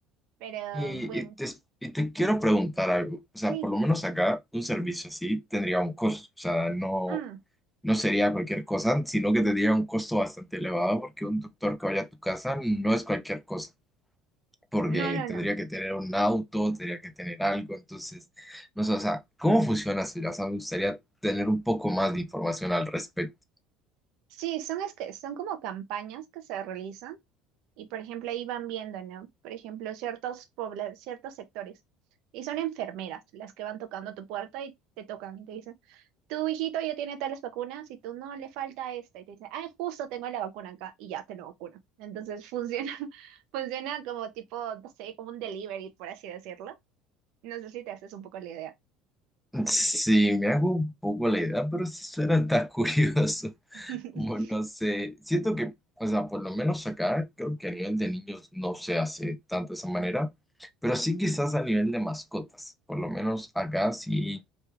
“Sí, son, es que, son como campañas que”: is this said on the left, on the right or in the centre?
Right